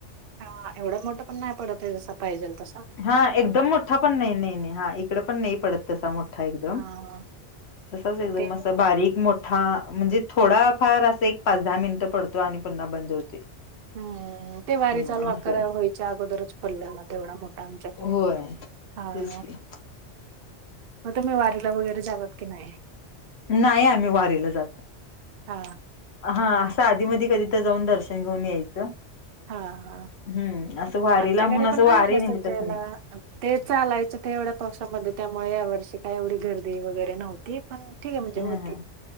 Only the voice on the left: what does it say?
हा एकदम मोठा पण नाही नाही नाही हा इकडे पण नाही पडत तसा मोठा एकदम.
तसच एकदम
असं बारीक मोठ. हा म्हणजे थोडा फार असं एक पाच दहा मिनिटं पडतो आणि पुन्हा बंद होते.
हम्म
असं आहे.
होय
तेच की
नाही आम्ही वारीला जात.
हा असं आधी मी कधी तर, जाऊन दर्शन घेऊन यायचं.
हम्म असं वारीला
म्हणून असं
वारी
निमित्त असं नाही
हा हा